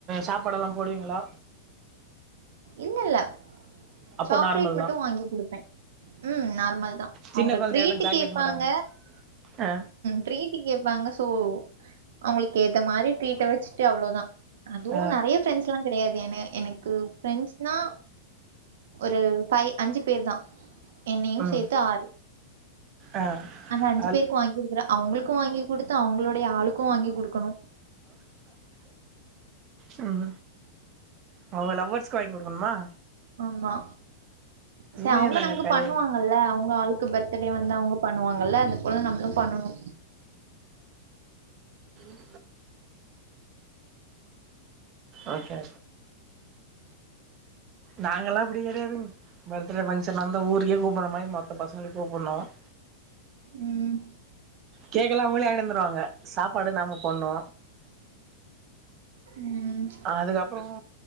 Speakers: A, on the right (about 20°); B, on the right (about 65°).
A: சாப்பாடெல்லா போடுவீங்களா
B: இல்ல இல்ல
A: அப்போ
B: சாக்லேட்
A: நார்மல்
B: மட்டு
A: தா
B: வாங்கி குடுப்பே உம் நார்மல் தா
A: சின்ன
B: அவுங்க
A: கொழந்தையாட்டோ
B: ட்ரீட்
A: சாக்லேட்
B: கேப்பாங்க
A: மட்டு வாங்கி ஆ
B: ட்ரீட் கேப்பாங்க சோ அவுங்களுக்கு ஏத்த மாரி ட்ரீட்ட வச்சுட்டு அவ்ளோதா அதுவு
A: ஆ
B: நெறைய ஃப்ரெண்ட்ஸ் ல்லா கெடையாது என எனக்கு ஃப்ரெண்ட்ஸ்னா ஒரு ஃபைவ் அஞ்சு பேர் தா என்னையு
A: ம்
B: சேத்து ஆறு
A: ஆ
B: ஆனா அஞ்சு
A: அது
B: க்கு வாங்கி குடுக்குறே அவுங்களுக்கு வாங்கி குடுத்து அவுங்களுடைய ஆளுக்கு வாங்கி குடுக்கணு
A: உம் அவுங்க லவ்வர்ஸ்க்கு வாங்கி குடுக்கணுமா
B: ஆமா சோ
A: இது
B: அவுங்க
A: என்னங்க
B: நமக்கு
A: கதை
B: பண்ணுவாங் கல்ல அவுங்க ஆளுக்கு பர்த்டே வந்தா அவுங்க பண்ணுவாங்கல்ல அதுப்போல நம்மளு பண்ணனூ
A: அ <inaudible> ஓகே நாங்கல்லா அப்டி கெடையாதுங் பர்த்டே ஃபங்க்ஷன் வந்தா ஊருக்கே கூப்பற மாரி மொத்த பசங்களயு கூப்புன்னோ <inaudible>
B: உம்
A: கேக்கெல்லா அவுங்களே வாங்கிட்னு வந்துருவாங்க சாப்பாடு நாம்ம போடணூ
B: ம்
A: அதுக்கப்றமூ